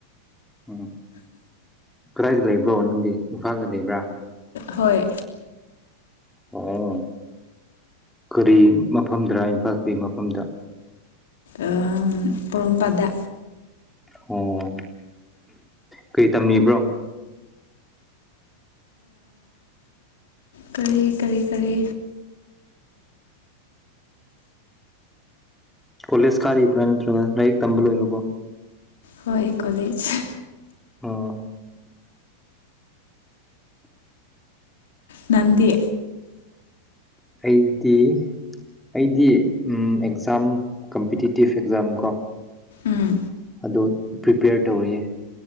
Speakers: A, in the centre; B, on the left (about 60°).
A: ꯎꯝ ꯀꯗꯥꯏꯗ ꯂꯩꯕ꯭ꯔꯣ ꯅꯪꯗꯤ ꯏꯝꯐꯥꯜꯗ ꯂꯩꯕ꯭ꯔꯥ
B: ꯍꯣꯏ
A: ꯑꯣ ꯀꯔꯤ ꯃꯐꯝꯗꯔꯥ ꯏꯝꯐꯥꯜꯒꯤ ꯃꯐꯝꯗ
B: ꯑ ꯄꯣꯔꯣꯝꯄꯥꯠꯇ
A: ꯑꯣ ꯀꯩ ꯇꯝꯂꯤꯕ꯭ꯔꯣ
B: ꯀꯔꯤ ꯀꯔꯤ ꯀꯔꯤ
A: ꯀꯣꯂꯦꯖ ꯀꯥꯔꯤꯕ꯭ꯔꯥ ꯅꯠꯇ꯭ꯔꯒ ꯂꯥꯏꯔꯤꯛ ꯇꯝꯕ ꯂꯣꯏꯔꯕꯣ
B: ꯍꯣꯏ ꯀꯂꯦꯖ
A: ꯑꯥ
B: ꯅꯪꯗꯤ
A: ꯑꯩꯗꯤ ꯑꯩꯗꯤ ꯑꯦꯛꯖꯥꯝ ꯀꯝꯄꯤꯇꯤꯇꯤꯐ ꯑꯦꯛꯖꯥꯝ ꯀꯣ
B: ꯎꯝ
A: ꯑꯗꯨ ꯄ꯭ꯔꯤꯄꯦꯌꯔ ꯇꯧꯔꯤꯌꯦ